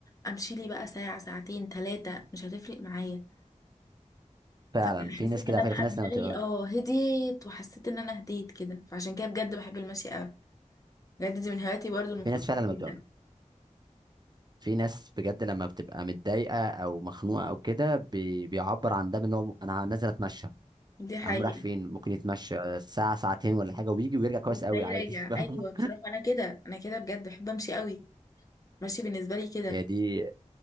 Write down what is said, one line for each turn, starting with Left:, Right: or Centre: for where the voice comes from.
Left: امشي لي بقى ساعة ساعتين ثلاثة مش هتفرق معايا
Right: فعلا
Left: فبحس
Right: في ناس
Left: ان
Right: كده
Left: انا
Right: على
Left: بقى
Right: فكرة، في ناس
Left: دماغي
Right: لما بتبقى
Left: اه هديت وحسيت ان انا هديت كده فعشان كده بجد بحب المشي قوي بجد دي من هواياتي برضو المفضلة
Right: في ناس فعلا لما
Left: جدا
Right: بتبقى في ناس بجد لما بتبقى متضايقه او مخنوقه او كده بي- بيعبر عن ده بان هو انا نازل اتمشى
Left: دي حقيقة
Right: يا عم راح فين ممكن يتمشى ساعه ساعتين ولا حاجه ويجي ويرجع كويس
Left: بتلاقيه
Right: قوي عادي
Left: راجع
Right: <laughs> فاهم
Left: ايوه بصراحه انا كده انا كده بجد بحب امشي قوي ماشي بالنسبه لي كده
Right: هي دي